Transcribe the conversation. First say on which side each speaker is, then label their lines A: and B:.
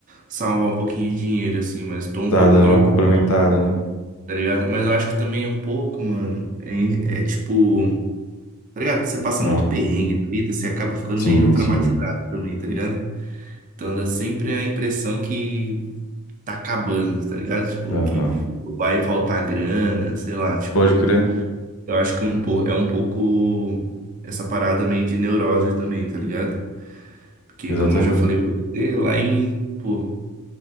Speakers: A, on the right; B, on the left.
A: salvar um pouquinho de dinheiro, assim, mas tô um
B: Tá
A: pouco
B: dando
A: preocupado,
B: uma complementada, né?
A: tá ligado? Mas eu acho que também um pouco, mano, é, é tipo, tá ligado? Você passa
B: Ah,
A: muito perrengue na vida, você acaba ficando
B: sim,
A: meio traumatizado
B: sim.
A: também, tá ligado? Então dá sempre a impressão que tá acabando, tá ligado? Tipo,
B: Aham.
A: que vai faltar grana, sei lá, tipo,
B: Pode crer.
A: eu acho que um po é um pouco essa parada meio de neurose também, tá ligado? Porque
B: Exatamente.
A: como eu já falei pra você, lá em, pô,